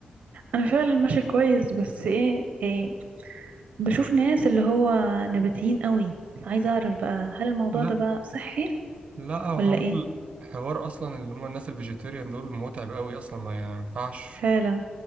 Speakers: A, on the right (about 80°); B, on the right (about 55°).
A: انا فعلا ماشية كويس بس ايه, إيه بشوف ناس اللي هو نباتيين قوي بس عايزة اعرف بقى هل الموضوع
B: لا
A: ده بقى صحي
B: لا هو
A: ولا
B: حوار
A: ايه
B: حوار اصلا اللي هم الناس الفيجيتيريان دول متعب قوي اصلا ما ينفعش
A: فعلا